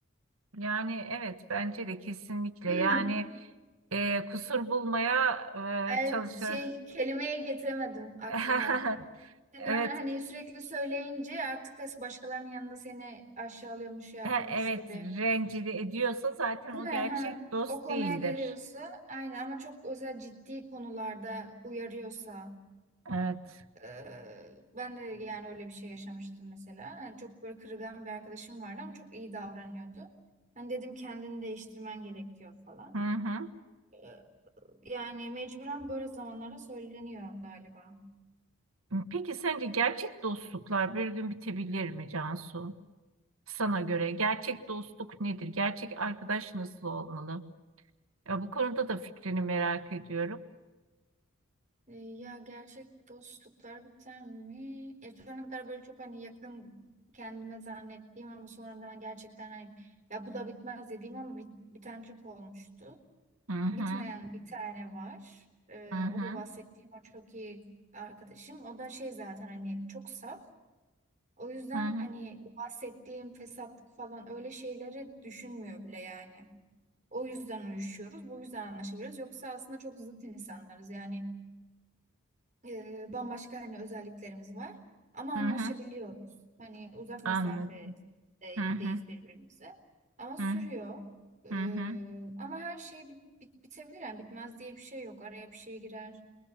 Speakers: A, on the right; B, on the right.
A: Yani evet bence de kesinlikle.
B: <clears throat>
A: Yani e, kusur bulmaya
B: ay,
A: e, çalışa.
B: şey kelimeye getiremedim aklıma.
A: <laughs>
B: Yani
A: Evet,
B: hani sürekli söyleyince artık başkalarının yanında seni aşağılıyormuş, şey yapıyormuş
A: ha, evet
B: gibi.
A: rencide ediyorsa zaten o
B: Değil mi?
A: gerçek
B: Ha.
A: dost
B: O konuya
A: değildir.
B: geliyorsa aynen ama çok özel ciddi konularda uyarıyorsa
A: Evet.
B: e, ben de yani öyle bir şey yaşamıştım mesela. Yani çok böyle kırılgan bir arkadaşım vardı ama çok iyi davranıyordu. Ben dedim kendini değiştirmen gerekiyor falan.
A: Hı hı.
B: E, yani mecburen böyle zamanlarda söyleniyor galiba.
A: Peki sence gerçek dostluklar bir gün bitebilir mi Cansu? Sana göre gerçek dostluk nedir? Gerçek arkadaş nasıl olmalı? Ya bu konuda da fikrini merak ediyorum.
B: E, Ya gerçek dostluklar biter mi? E, şu ana kadar böyle çok hani yakın kendime zannettiğim ama sonradan gerçekten hani ya bu da bitmez dediğim ama bit- biten çok olmuştu.
A: Hı hı.
B: Bitmeyen bir tane var. E,
A: Hı hı.
B: o da bahsettiğim o çok iyi arkadaşım. O da şey zaten hani çok saf. O yüzden
A: Hı hı
B: hani o bahsettiğim fesatlık falan öyle şeyleri düşünmüyor bile yani. O yüzden uyuşuyoruz. Bu yüzden anlaşabiliriz. Yoksa aslında çok zıt insanlarız yani e, bambaşka hani özelliklerimiz var ama
A: hı
B: anlaşabiliyoruz.
A: hı.
B: Hani uzak mesafedeyiz
A: Anladım. Hı hı
B: birbirimize ama sürüyor.
A: hı
B: E,
A: hı. hı.
B: ama her şey bit- bit- bitebilir yani bitmez diye bir şey yok. Araya bir şey girer